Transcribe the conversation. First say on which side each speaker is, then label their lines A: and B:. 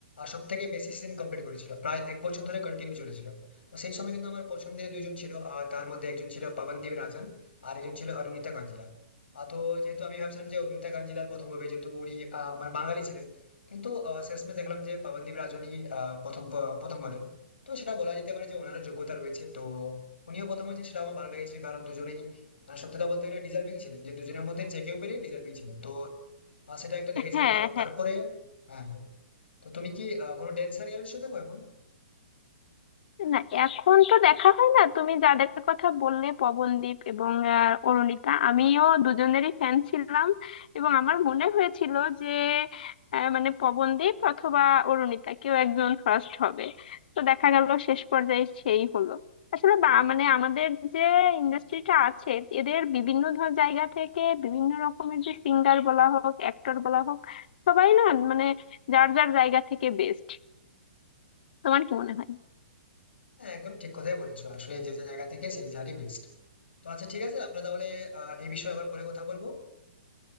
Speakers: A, on the left; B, on the left.
A: সব থেকে বেশি সিজন কমপ্লিট করেছিল প্রায় এক বছর ধরে কন্টিনিউ চলেছিল তো সেই সময় কিন্তু আমার পছন্দের দুইজন ছিল আহ, তার মধ্যে একজন ছিল পবনদীপ রাজন আর একজন ছিল অরুণিতা কাঞ্জিলাল আহ, তো যেহেতু আমি ভাবছিলাম যে অরুণিতা কাঞ্জিলাল প্রথম হবে যেহেতু উনি আহ, আমার বাঙালি ছিলেন কিন্তু আহ, শেষমে দেখলাম যে পবনদীপ রাজনই আহ, প্রথম প্রথম হলেন তো সেটা বলা যেতে পারে যে ওনারও যোগ্যতা রয়েছে তো উনিও প্রথম হয়েছেন সেটা আমার ভালো লেগেছে কারণ দুজনেই মানে সত্যি কথা বলতে গেলে ডিজার্ভিং ছিলেন যে দুজনের মধ্যে যে কেউ পেলেই ডিজার্ভিং ছিলেন তো আহ, সেটা একটা দেখেছিলাম
B: হ্যাঁ
A: ভালো
B: হ্যাঁ
A: তারপরে হ্যাঁ হ্যাঁ। তো তুমি কি আহ, কোনো ড্যান্স রিয়েলিটি শো দেখো এখন
B: না এখন তো দেখা হয় না তুমি যাদের কথা বললে পবনদীপ এবং আহ, অরুণিতা আমিও দুজনেরই ফ্যান ছিলাম এবং আমার মনে হয়েছিল যে আহ, মানে পবনদীপ অথবা অরুণিতা কেউ একজন ফার্স্ট হবে তো দেখা গেল শেষ পর্যায়ে সেই হলো আসলে বা মানে আমাদের যে ইন্ডাস্ট্রিটা আছে এদের বিভিন্ন ধর জায়গা থেকে বিভিন্ন রকমের যে সিঙ্গার বলা হোক অ্যাক্টর বলা হোক সবাই না মানে যার যার জায়গা থেকে বেস্ট তোমার কি মনে হয়
A: হ্যাঁ একদম ঠিক কথাই বলেছো আসলে যে যে জায়গা থেকে সেই জায়গারই বেস্ট তো আচ্ছা ঠিক আছে আমরা তাহলে আহ, এই বিষয়ে আবার পরে কথা বলবো